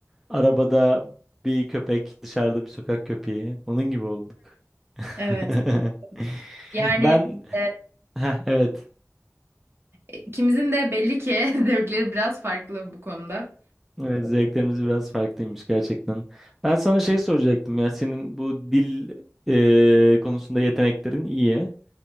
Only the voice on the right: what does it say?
Evet, evet. Yani
e,
ikimizin de belli ki <laughs> zevkleri biraz farklı bu konuda.